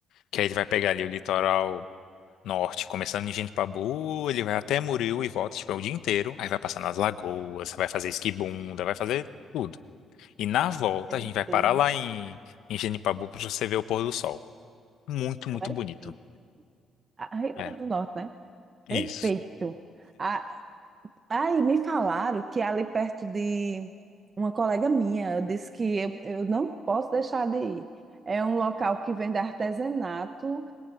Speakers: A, on the left; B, on the right.
A: que aí ele vai pegar ali o litoral norte, começando em Genipabu, ele vai até Muril e volta, tipo, é o dia inteiro. Aí vai passar nas lagoas, vai fazer esquibunda, vai fazer tudo. E na volta
B: Meu
A: a gente vai parar
B: Deus,
A: lá em, em Genipabu para você ver o pôr do sol. Muito, muito
B: olha
A: bonito.
B: ali. A Rio
A: É,
B: Grande do Norte, né?
A: isso.
B: Perfeito. A- Aí me falaram que é ali perto de uma colega minha, eu disse que eu, eu não posso deixar de ir. É um local que vende artesanato